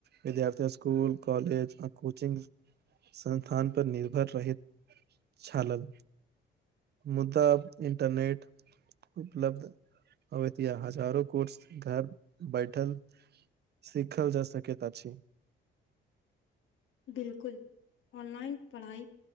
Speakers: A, on the right; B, on the left.
A: विद्यार्थी स्कूल कॉलेज आ कोचिंग संस्थान पर निर्भर रहैत छलल मुद्दा इंटरनेट उपलब्ध अबतिया हजारो काँस घर बैठल सिखल जा सकैत अछि
B: बिल्कुल ऑनलाइन पढ़ाइ